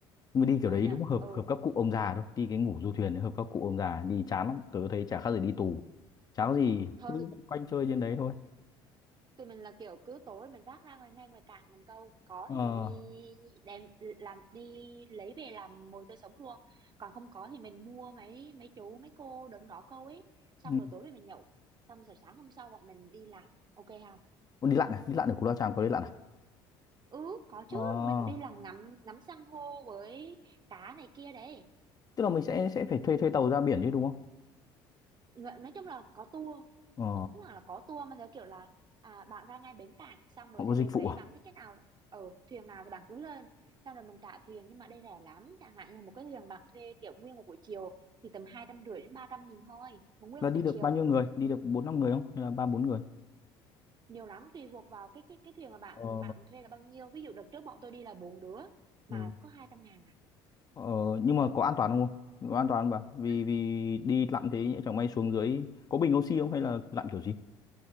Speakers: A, on the left (about 35°); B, on the right (about 40°).
A: nhưng mà đi kiểu
B: vui
A: đấy
B: nhỉ
A: đúng hợp
B: ừ
A: hợp các cụ ông già thôi đi cái ngủ du thuyền ấy, hợp các cụ ông già đi chán lắm tớ thấy chả khác gì đi tù chán có gì
B: thôi
A: cứ quanh chơi trên đấy thôi
B: tụi mình là kiểu cứ tối mình vác ra ngoài ngay ngoài cảng mình câu có
A: ờ
B: thì mình đi đem làm đi lấy về làm mồi tươi sống luôn còn không có thì mình mua mấy mấy chú mấy cô đứng đó câu ấy xong
A: ừ.
B: rồi tối về mình nhậu xong rồi sáng hôm sau bọn mình đi lặn ok không
A: Ủa, đi lặn à đi lặn ở Cù Lao Chàm có đi lặn à
B: ừ có chứ
A: ờ
B: mình đi lặn ngắm ngắm san hô với cá này kia đấy
A: tức là mình sẽ sẽ phải thuê thuê tàu ra biển chứ đúng không
B: Dạ, nói chung là có tour
A: ờ
B: cũng không hẳn là có tour mà theo kiểu là à, bạn ra ngay bến cảng xong rồi
A: họ có
B: thuyền
A: dịch vụ
B: đấy
A: à
B: bạn thích cái nào ở thuyền nào thì bạn cứ lên xong rồi mình trả thuyền nhưng mà đây rẻ lắm chẳng hạn như một cái thuyền bạn thuê kiểu nguyên một buổi chiều thì tầm hai trăm rưỡi đến ba trăm nghìn thôi một nguyên
A: là
B: một
A: đi
B: buổi
A: được
B: chiều
A: bao nhiêu người đi được bốn năm người không hay là ba bốn người
B: nhiều lắm tùy thuộc vào cái cái cái thuyền mà bạn
A: ờ
B: bạn thuê là bao nhiêu ví dụ đợt trước bọn tôi đi là bốn đứa mà
A: ừ.
B: có hai trăm ngàn
A: ờ nhưng mà có an toàn không Không có an toàn không bà vì
B: à
A: vì đi lặn thế nhỡ chẳng may xuống dưới có bình oxy không hay là lặn kiểu gì